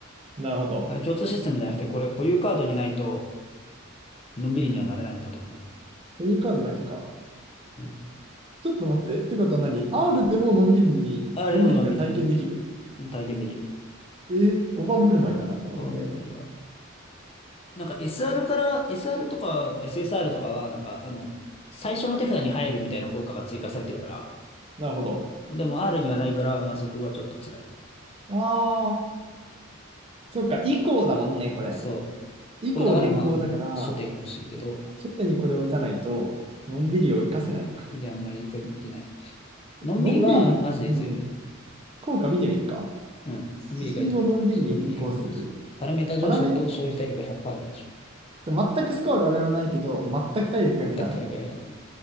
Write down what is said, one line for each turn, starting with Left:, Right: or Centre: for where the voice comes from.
Right: なるほど。
Left: あ共通システムじゃなくて、これ固有カードにないと、のんびりにはなれないんだと思うの。
Right: 固有数だけか。
Left: うん
Right: ちょっと待って。ってことは何 ?R でものんびりに、
Left: あれでものんびりになる。
Right: のんびりが体験できる。
Left: 体験できる。
Right: えー、大盤振る舞いだな、この上。
Left: ワンブルマイではある。なんか SR から、SR とか SSR とかは、なんかあの、最初の手札に入るみたいな効果が追加されてるから、
Right: なるほど。
Left: でも R にはないから、まあそこがちょっと辛い。
Right: ああ、そっか。以降だもんね、これ。
Left: そう。
Right: 以降変更だから、
Left: こうだからまあ、初手欲しいけど、
Right: 初手にこれを打たないと、のんびりを活かせないのか。
Left: で、あんまり書いてない。
Right: のんびりの、
Left: のんびりは、マジで強い。
Right: うん、効果見てみるか。
Left: うん。のんびり書いてある。
Right: 指針をのんびりに変更する。
Left: のんびり変更する。パラメータ上昇と消費体力が100%
Right: パラメッ
Left: 減少。
Right: ト、全くスコアが上がらないけど、全く体力が減らない。
Left: 全く体力が減らない。